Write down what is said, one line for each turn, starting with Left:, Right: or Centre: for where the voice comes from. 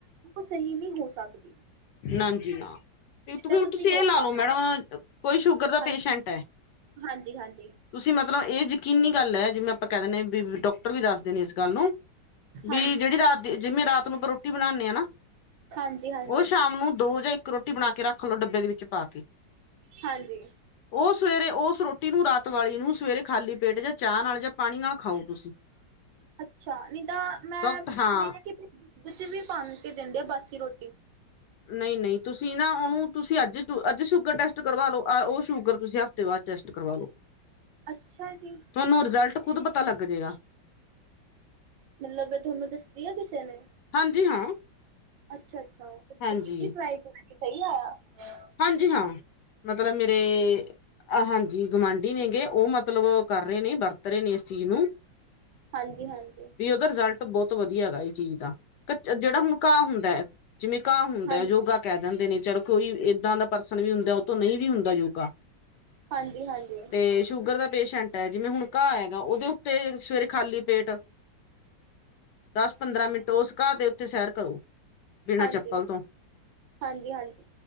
Right: ਓ ਸਹੀ ਨੀ ਹੋ ਸਕਦੀ।
Left: ਨਾਂਜੀ ਨਾ। ਤੇ
Right: ਜਿੱਦਾਂ
Left: ਹੁਣ ਤੁਸੀ
Right: ਤੁਸੀਂ ਯੋਗਾ
Left: ਏ ਲਾ ਲਓ ਮੈਡਮ
Right: ਕਰ
Left: ਕੋਈ ਸ਼ੂਗਰ ਦਾ ਪੇਸ਼ੈਂਟ
Right: ਹਾਂਜੀ
Left: ਐ।
Right: ਹਾਂਜੀ ਹਾਂਜੀ
Left: ਤੁਸੀ ਮਤਲਬ ਏ ਜਕੀਨੀ ਗੱਲ ਐ ਜਿਵੇਂ ਆਪਾਂ ਕੈ ਦਿਨੇ ਵੀ ਡਾਕਟਰ ਵੀ ਦੱਸਦੇ ਨੇ ਏਸ ਗੱਲ ਨੂੰ
Right: ਹਾਂਜੀ,
Left: ਵੀ ਜੇੜੀ ਰਾਤ ਦੀ ਜਿਮੇਂ ਰਾਤ ਨੂੰ ਆਪਾਂ ਰੋਟੀ ਬਣਾਨੇ ਆ ਨਾ।
Right: ਹਾਂਜੀ ਹਾਂ
Left: ਓ ਸ਼ਾਮ ਨੂੰ ਦੋ ਜਾਂ ਇੱਕ ਰੋਟੀ ਬਣਾ ਕੇ ਰੱਖ ਲੋ ਡੱਬੇ ਦੇ ਵਿੱਚ ਪਾ ਕੇ।
Right: ਹਾਂਜੀ।
Left: ਓ ਸਵੇਰੇ ਉਸ ਰੋਟੀ ਨੂੰ ਰਾਤ ਵਾਲੀ ਨੂੰ ਸਵੇਰੇ ਖਾਲੀ ਪੇਟ ਜਾਂ ਚਾ ਨਾਲ ਜਾਂ ਪਾਣੀ ਨਾਲ ਖਾਓ ਤੁਸੀਂ
Right: ਅੱਛਾ ਨੀ ਤਾਂ ਮੈਂ
Left: ਡਾਕਟਰ ਹਾਂ
Right: ਸੁਨੇਆ ਕਿ ਦੁੱਧ ਚ ਵੀ ਪਾਨ ਕੇ ਦੇਂਦੇ ਆ ਬਾਸੀ ਰੋਟੀ।
Left: ਨਈ ਨਈ ਤੁਸੀ ਨਾ ਓਨੂੰ ਤੁਸੀ ਅੱਜ ਅੱਜ ਸ਼ੂਗਰ ਟੈਸਟ ਕਰਵਾ ਲਓ ਓ ਸ਼ੂਗਰ ਤੁਸੀ ਤੇ ਬਾਦ ਟੈਸਟ ਕਰਵਾ ਲੋ।
Right: ਅੱਛਾ ਜੀ,
Left: ਤਾਨੂੰ ਰਿਜ਼ਲਟ ਖੁਦ ਪਤਾ ਲੱਗ ਜੇਗਾ।
Right: ਮਲਬ ਐ ਤੋਨੂੰ ਦੱਸੀ ਆ ਕਿਸੇ ਨੇ।
Left: ਹਾਂਜੀ ਹਾਂ
Right: ਅੱਛਾ ਅੱਛਾ ਤੇ ਤੁਸੀ
Left: ਹਾਂਜੀ
Right: ਕੀਤੀ ਟਰਾਈ ਸਈ ਆਏਆ।
Left: ਹਾਂਜੀ ਹਾਂ ਮਤਲਬ ਮੇਰੇ ਹਾਂਜੀ ਗਵਾਂਢੀ ਨੇ ਗੋ ਓ ਮਤਲ ਮਤਲਬ ਓ ਕਰ ਰੇ ਨੇ ਵਰਤ ਰ ਨੇ ਏਸ ਚੀਜ਼ ਨੂੰ
Right: ਹਾਂਜੀ, ਹਾਂਜੀ
Left: ਵੀ ਦਾ ਰਿਜਲਟ ਬੋਤ ਵਧੀਆ ਹੈਗਾ ਏ ਚੀਜ਼ ਦਾ ਕਚ ਜੇੜਾ ਹੁਣ ਘਾ ਹੁੰਦਾ ਐ ਜਿਵੇਂ ਘਾ ਹੁੰਦਾ
Right: ਹਾਂਜੀ,
Left: ਯੋਗਾ
Right: ਹਾਂਜੀ,
Left: ਕੈ ਦਿੰਦੇ ਨੇ ਚਲੋ ਕੋਈ ਦਾ ਪਰਸਨ ਵੀ ਹੁੰਦਾ ਐ ਤੋਂ ਨਈ ਵੀ ਹੁੰਦਾ ਯੋਗਾ।
Right: ਹਾਂਜੀ ਹਾਂਜੀ।
Left: ਤੇ ਸ਼ੂਗਰ ਦਾ ਪੇਸ਼ੈਂਟ ਐ। ਜਿਵੇਂ ਹੁਣ ਘਾਹ ਹੈਗਾ ਓਦੇ ਉੱਤੇ ਸਵੇਰੇ ਖਾਲੀ ਪੇਟ ਦਸ ਪੰਦਰਾਂ ਮਿੰਟ ਓਸ ਘਾਹ ਦੇ ਉੱਤੇ ਸੈਰ ਕਰੋ। ਬਿਨਾਂ
Right: ਹਾਂਜੀ
Left: ਚੱਪਲ ਤੋਂ
Right: -ਹਾਂਜੀ ਹਾਂਜੀ।